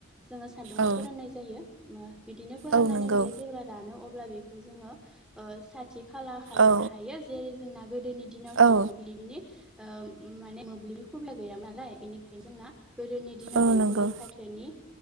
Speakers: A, in the centre; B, on the right.
A: जोङो सान्दुङाव
B: औ
A: फोराननाय जायो बिदिनो फोराननानै
B: औ नंगौ
A: बियो जेब्ला रानो अ अब्ला बेखौ जोङोथि खाला खालामनो
B: औ
A: हायो जेरै जोंना गोदोनि दिनावथ'
B: औ
A: मोब्लिबनि माने मोब्लिबनि खबि गैया नालाय बेनिखायनो जोंना गोदोनि दि
B: औ नंगौ
A: बै फाथोनि